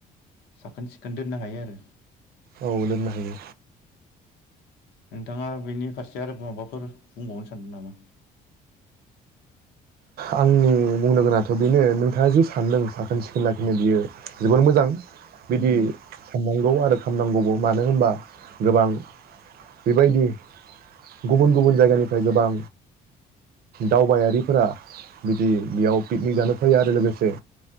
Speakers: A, on the left; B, on the right.
A: साखोन सिखोन दोननो हायो <inaudible> आरो
B: औ दोननो हायो
A: नोंथाङा बेनि फारसे आरो माबाफोर बुंबावनो सानदों नामा?
B: आंनि बुंनो गोनांथ' बेनो नोंथाङा जि सानदों साखोन सिखोन लाखिनो बियो जोबोर मोजां बिदि
A: उम
B: साननांगौ आरो <unintelligible> नांगौबो मानो होनबा गोबां बेबायदि गुबुन गुबुन जायगानिफ्राय गोबां दावबायारिफोरा बिदि बेयाव पिकनिक जानो फैयो आरो लोगोसे